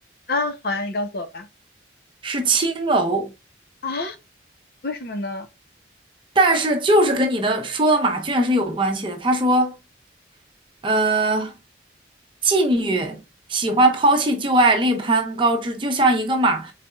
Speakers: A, on the left; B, on the right.
A: 啊，好呀，你告诉我吧。
B: 是青楼，
A: 啊？为什么呢？
B: 但是就是跟你的说的马圈是有关系的。他说。呃，妓女喜欢抛弃旧爱，另攀高枝，就像一个马